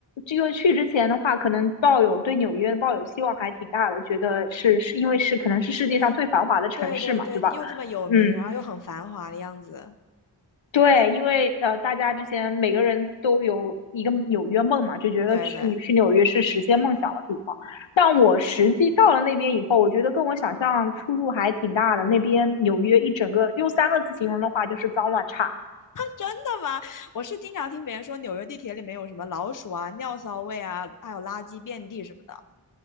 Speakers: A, on the left (about 80°); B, on the left (about 45°).
A: 因为去之前的话，可能抱有对纽约抱有希望还挺大的，觉得是是因为是可能是世界上最繁华的城市嘛，
B: 对，对对对，
A: 对吧？
B: 又这么有名，
A: 嗯，
B: 然后又很繁华的样子。
A: 对，因为呃，大家之前每个人都有一个纽约梦嘛，就觉得去你去纽约是实现梦想的地方。
B: 对对，<laughs> 啊
A: 但我实际到了那边以后，我觉得跟我想象出入还挺大的。那边纽约一整个用三个字形容的话，就是脏乱差。
B: 真的吗？我是经常听别人说纽约地铁里面有什么老鼠啊、尿骚味啊，还有垃圾遍地什么的